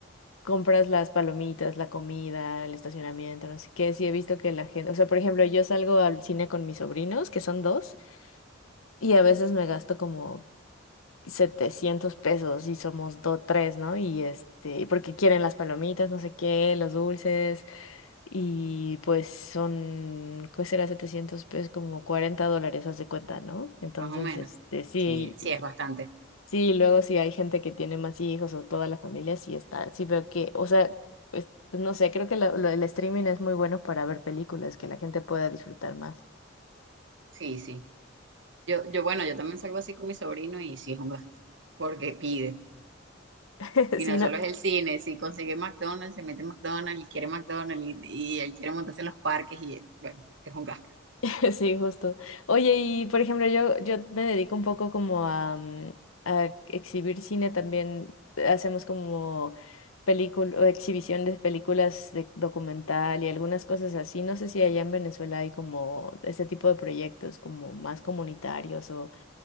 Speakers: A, on the left (about 85°); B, on the right (about 60°).
A: compras las palomitas, la comida, el estacionamiento, no sé qué, sí he visto que la gente, o sea, por ejemplo, yo salgo al cine con mis sobrinos, que son dos, y a veces me gasto como 700 pesos y somos dos, tres, ¿no? Y este, porque quieren las palomitas, no sé qué, los dulces, y pues son, ¿qué será 700 pesos? Como 40 dólares, haz de cuenta, ¿no? Entonces,
B: más o menos.
A: este, sí,
B: Sí, sí
A: y-
B: es bastante.
A: sí, luego si hay gente que tiene más hijos o toda la familia, sí está, sí veo que, o sea, pues, pues no sé, creo que lo- lo- el streaming es muy bueno para ver películas que la gente pueda disfrutar más.
B: Sí, sí. Yo, yo, bueno, yo también salgo así con mi sobrino y sí es un gasto. Porque pide.
A: <laughs>
B: Y
A: Sí,
B: no
A: no,
B: solo es el cine, si consigue McDonald's, se mete en McDonald's y quiere McDonald's y, y él quiere montarse en los parques y bueno, es un gasto.
A: <laughs> Sí, justo. Oye, y por ejemplo, yo, yo me dedico un poco como a, mm, a exhibir cine también. Hacemos como película, exhibición de películas de documental y algunas cosas así. No sé si allá en Venezuela hay como este tipo de proyectos como más comunitarios o,